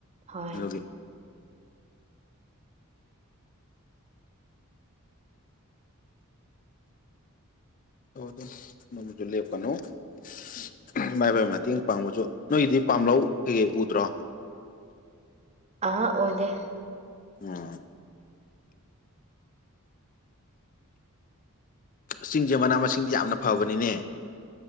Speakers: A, on the right; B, on the left.
A: ꯍꯣꯏ
B: ꯑꯗꯨꯒꯤ <unintelligible> ꯏꯃꯥꯏꯕꯥꯏ ꯃꯇꯦꯡ ꯄꯥꯡꯉꯨꯆꯣ ꯅꯣꯏꯒꯤꯗꯤ ꯄꯥꯝꯂꯧ ꯀꯩꯀꯩ ꯎꯗ꯭ꯔꯣ
A: ꯑ ꯑꯣꯗꯦ
B: ꯎꯝ ꯑꯁ ꯆꯤꯡꯁꯦ ꯃꯅꯥ ꯃꯁꯤꯡꯗꯤ ꯌꯥꯝꯅ ꯐꯕꯅꯤꯅꯦ